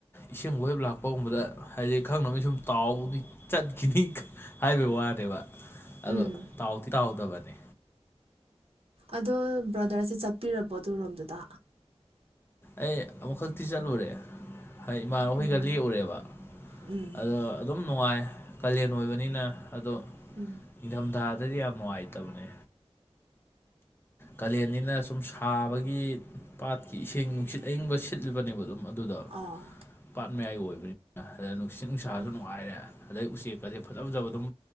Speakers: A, on the left (about 20°); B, on the right (about 60°).
A: ꯏꯁꯤꯡ ꯋꯦꯞ ꯂꯥꯛꯄꯒꯨꯝꯕꯗ ꯍꯥꯏꯗꯤ ꯈꯪꯅꯕ ꯁꯨꯝ ꯇꯥꯎꯕꯗꯤ ꯆꯠꯈꯤꯅꯤ ꯍꯥꯏꯕꯩ ꯋꯥꯅꯦꯕ ꯑꯗꯣ
B: ꯎꯝ
A: ꯇꯥꯎꯗꯤ ꯇꯥꯎꯗꯕꯅꯦ
B: ꯑꯗꯣ ꯕ꯭ꯔꯗꯔꯁꯦ ꯆꯠꯄꯤꯔꯕꯣ ꯑꯗꯨ ꯔꯣꯝꯗꯨꯗ
A: ꯑꯩ ꯑꯃꯨꯛꯈꯛꯇꯤ ꯆꯠꯂꯨꯔꯦ ꯍꯥꯏ ꯏꯃꯥꯟꯅꯕꯍꯣꯏꯒ
B: ꯎꯝ
A: ꯂꯦꯛꯎꯔꯦꯕ
B: ꯎꯝ
A: ꯑꯗꯣ ꯑꯗꯨꯝ ꯅꯨꯡꯉꯥꯏ ꯀꯥꯂꯦꯟ ꯑꯣꯏꯕꯅꯤꯅ ꯑꯗꯣ
B: ꯎꯝ
A: ꯅꯤꯡꯊꯝꯊꯥꯗꯗꯤ ꯌꯥꯝ ꯅꯨꯡꯉꯥꯏꯇꯕꯅꯦ ꯀꯥꯂꯦꯟꯅꯤꯅ ꯁꯨꯝ ꯁꯥꯕꯒꯤ ꯄꯥꯠꯀꯤ ꯏꯁꯤꯡ ꯅꯨꯡꯁꯤꯠ ꯑꯏꯪꯕ ꯁꯤꯠꯂꯤꯕꯅꯦꯕ ꯑꯗꯨꯝ ꯑꯗꯨꯗ
B: ꯑꯣ
A: ꯄꯥꯠ ꯃꯌꯥꯏ ꯑꯣꯏꯕꯅꯤꯅ ꯑꯗ ꯅꯨꯡꯁꯤꯠ ꯅꯨꯡꯁꯥꯁꯨ
B: ꯑꯣ
A: ꯅꯨꯡꯉꯥꯏꯔꯦ ꯑꯗꯩ ꯎꯆꯦꯛꯀꯁꯦ ꯐꯖ ꯐꯖꯕ ꯑꯗꯨꯝ